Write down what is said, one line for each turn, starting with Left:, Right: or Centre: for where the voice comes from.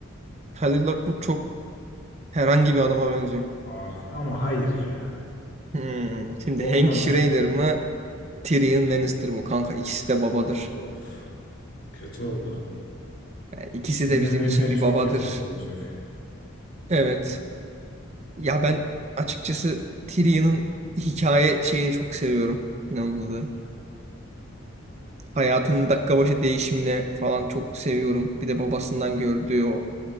Right: Tyler Lockwood çok Herhangi bir adama benziyor.
Left: Ay, ama hayır ya.
Right: Hmm, Şimdi
Left: Olmaz
Right: Hank Schrader
Left: ya.
Right: mı? Tyrion Lannister mı? Kanka ikisi de babadır.
Left: Of kötü oldu.
Right: Yani ikisi
Left: İkisinden
Right: de bizim
Left: birine
Right: için bir
Left: çok
Right: babadır.
Left: yazık olacak.
Right: Evet. Ya ben açıkçası Tyrion'un hikaye şeyini çok seviyorum. Ne onun adı? Hayatının dakika başı değişimine falan çok seviyorum. Bir de babasından gördüğü o